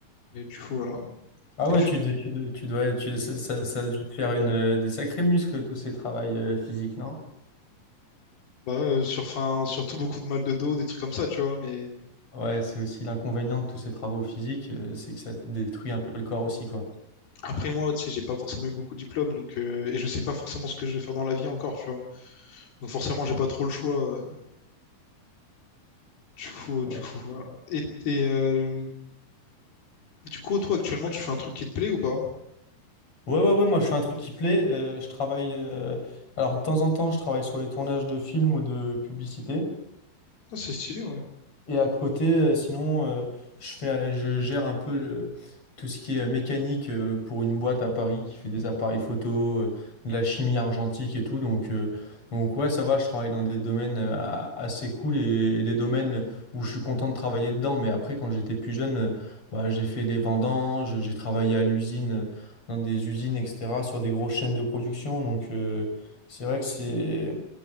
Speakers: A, on the left (about 75°); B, on the left (about 35°).
A: Et du coup voilà.
B: Ah ouais,
A: Et du-
B: tu, de- tu, de- tu dois, tu, ça, ça, ça a dû te faire une, euh, des sacrés muscles, tous ces travails euh, physiques, non?
A: bah, euh, sur, enfin, surtout beaucoup de mal de dos, des trucs comme ça, tu vois. Mais
B: Ouais, c'est aussi l'inconvénient de tous ces travaux physiques, euh, c'est que ça te détruit un peu le corps aussi, quoi.
A: Après moi, tu sais, j'ai pas forcément eu beaucoup de diplômes, donc euh, et je sais pas forcément ce que je vais faire dans la vie encore, tu vois. Donc forcément, j'ai pas trop le choix. euh, Du coup,
B: Ouais,
A: euh, du coup, voilà. Et, et, euh, du coup, toi actuellement, tu fais un truc qui te plaît ou pas?
B: ouais, ouais, ouais, moi je fais un truc qui plaît. euh, je travaille. euh, alors, de temps en temps, je travaille sur les tournages de films ou de publicités.
A: Ah, c'est stylé, ouais.
B: Et à côté, euh, sinon, euh, je fais, euh, je gère un peu le- tout ce qui est euh, mécanique euh, pour une boîte à Paris qui fait des appareils photo, euh, de la chimie argentique et tout. Donc, euh, donc ouais, ça va, je travaille dans des domaines euh, a- assez cool et, et des domaines où je suis content de travailler dedans. Mais après, quand j'étais plus jeune, euh, bah, j'ai fait des vendanges, j'ai travaillé à l'usine, euh, dans des usines, etc., sur des grosses chaînes de production. Donc, euh, c'est vrai que c'est,